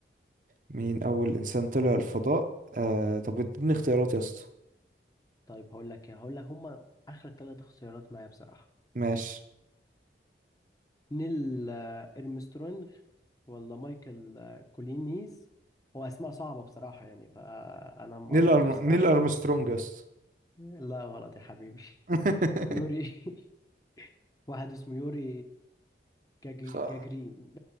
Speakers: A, on the right (about 45°); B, on the left (about 20°).
A: مين أول إنسان طلع الفضاء آه طب اديني اختيارات يا اسطى
B: طيب هقول لك ايه هقول لك هما اخر ثلاث اختيارات معايا بصراحه
A: ماشي
B: نيل آه، ارمسترونج ولا مايكل آه، كولينيز هو اسماء صعبه بصراحه يعني فانا مقدر
A: نيل أرم...
B: بصراحه
A: نيل أرمسترونج يا اسطى
B: <laughs> لا غلط يا حبيبي
A: <laughs>
B: يوري <laughs> واحد اسمه يوري جاجي-
A: خ-
B: جاجرين